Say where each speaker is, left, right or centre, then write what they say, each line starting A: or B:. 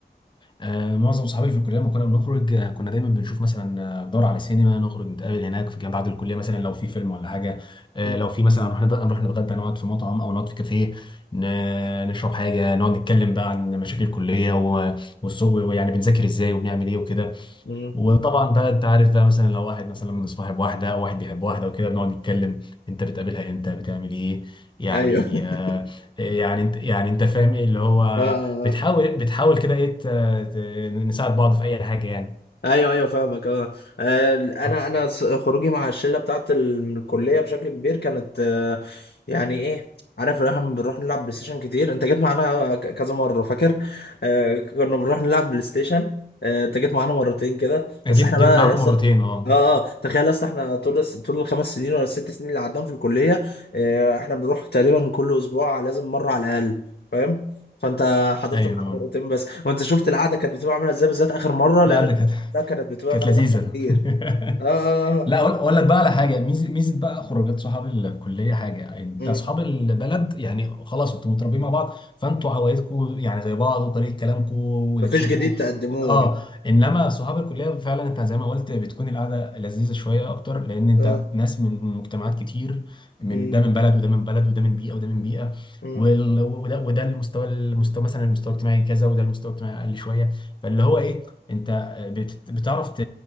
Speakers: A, on the left; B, on the left.
A: آه، معظم صحابي في الكلية لما كنا بنخرج آه، كنا دايما بنشوف مثلا آه، ندور على سينما نخرج نتقابل هناك في بعد الكلية مثلا لو في فيلم ولا حاجة آه،
B: مم.
A: لو في مثلا نروح نت- نروح نتغدى نقعد في مطعم أو نقعد في كافيه ن- نشرب حاجة نقعد نتكلم بقى عن مشاكل الكلية و- والسوق ويعني بنذاكر ازاي وبنعمل ايه وكده
B: مم.
A: وطبعا بقى انت عارف بقى مثلا لو واحد مثلا صاحب واحده او واحد بيحب واحده وكده بنقعد نتكلم انت بتقابلها امتى بتعمل ايه يعني
B: أيوه <laughs>
A: آه يعني انت يعني انت فاهم ايه اللي هو
B: آه آه،
A: بتحاول
B: آه.
A: بتحاول كده ايه ت- ت- نساعد بعض في اي حاجه يعني
B: ايوه ايوه فاهمك اه آه، انا
A: اه
B: انا س- خروجي مع الشله بتاعت ال- من الكليه بشكل كبير كانت آه، يعني ايه عارف إن احنا بنروح نلعب بلاي ستيشن كتير انت جيت معانا آه، ك- كذا مره فاكر آه، كنا بنروح نلعب بلاي ستيشن آه، انت جيت معانا مرتين كده بس
A: جيت
B: احنا
A: جيت
B: بقى
A: معاكم
B: يا اسطى
A: مرتين اه
B: اه اه تخيل يا اسطى احنا طول الس- طول الخمس سنين ولا الست سنين اللي قعدناهم في الكليه آه، احنا بنروح تقريبا كل اسبوع لازم مره على الاقل فاهم فانت حضرت
A: ايوه
B: معانا مرتين بس وانت شفت القعده كانت بتبقى عامله ازاي بالذات اخر مره لان
A: لا لا كانت
B: لا كانت بتبقى
A: كانت
B: فيها
A: لذيذه
B: زحمة كتير
A: <laughs>
B: اه اه آه.
A: لا اقول أقول لك بقى على حاجه ميزه ميزه بقى خروجات صحاب الكليه حاجه يعني انت
B: مم.
A: اصحاب البلد يعني خلاص انتوا متربيين مع بعض فانتوا هوايتكم يعني زي بعض وطريقه كلامكم ولبسكم
B: مفيش جديد تقدموه
A: اه انما صحاب الكليه فعلا انت زي ما قلت بتكون القعده لذيذه شويه اكتر لان انت
B: اه
A: ناس من مجتمعات كتير من
B: مم.
A: ده من بلد وده من بلد وده من بيئه وده من بيئه
B: مم.
A: وال- وده وده المستوى المستوى مثلا المستوى الاجتماعي كذا وده المستوى الاجتماعي اقل شويه فاللي هو ايه انت بت- بتعرف ت-